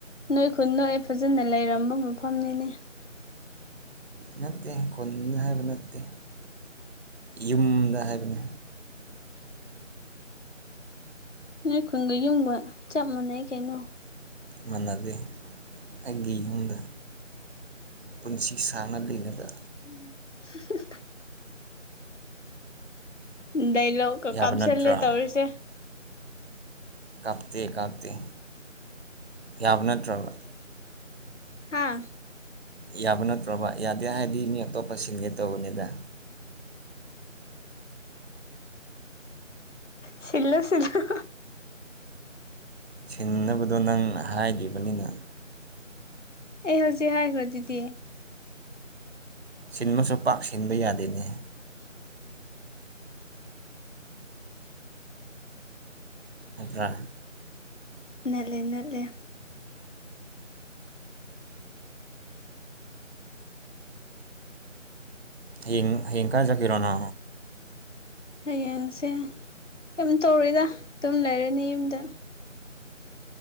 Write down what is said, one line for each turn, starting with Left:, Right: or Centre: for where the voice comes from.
Left: ꯅꯣꯏ ꯈꯨꯟ ꯅꯣꯛꯦ ꯐꯖꯅ ꯂꯩꯔꯝꯕ ꯃꯐꯝꯅꯤꯅꯦ
Right: ꯅꯠꯇꯦ ꯈꯨꯟꯗ ꯍꯥꯏꯕ ꯅꯠꯇꯦ ꯌꯨꯝꯗ ꯍꯥꯏꯕꯅꯤ
Left: ꯅꯣꯏ ꯈꯨꯟꯒ ꯌꯨꯡꯕ ꯆꯞ ꯃꯥꯟꯅꯩ ꯀꯩꯅꯣ
Right: ꯃꯟꯅꯗ ꯑꯩꯒꯤ ꯍꯗ ꯄꯨꯟꯁꯤ ꯁꯥꯡꯅ ꯂꯩꯅꯕ
Left: ꯎ ꯂꯩ ꯂꯣ ꯀ
Right: ꯌꯥꯕ
Left: ꯀꯝꯁꯂꯦ
Right: ꯅꯠꯇ꯭ꯔꯥ
Left: ꯇꯧꯔꯁꯦ
Right: ꯀꯥꯞꯇꯦ ꯀꯥꯞꯇꯦ ꯌꯥꯕ ꯅꯠꯇ꯭ꯔꯕ
Left: ꯍꯥꯥ
Right: ꯌꯥꯕ ꯅꯠꯇ꯭ꯔꯕ ꯌꯥꯗꯦ ꯍꯥꯏꯗꯤ ꯃꯤ ꯑꯇꯣꯞꯄ ꯁꯤꯟꯒꯦ ꯇꯧꯕꯅꯤꯗ
Left: ꯁꯤꯜꯂꯨ ꯁꯤꯜꯂꯨ
Right: ꯁꯤꯡꯅꯕꯗꯣ ꯅꯪ ꯍꯥꯏꯈꯤꯕꯅꯤꯅ
Left: ꯑꯩ ꯍꯧꯖꯤꯛ ꯍꯥꯏꯈ꯭ꯔ ꯑꯗꯨꯗꯤ
Right: ꯁꯤꯟꯕꯁꯨ ꯄꯥꯛ ꯁꯤꯟꯕ ꯌꯥꯗꯦꯅꯦ ꯍꯥꯕ꯭ꯔꯥ
Left: ꯅ ꯂꯩꯦ ꯅ ꯂꯩꯦ
Right: ꯍ ꯍꯤꯡ ꯀꯥꯏꯖ ꯀꯔꯣꯅ
Left: ꯍꯌꯦꯡꯁꯦ ꯀꯩꯝ ꯇꯧꯔꯣꯏꯗ ꯑꯗꯨꯝ ꯂꯩꯔꯅꯤ ꯌꯨꯝꯗ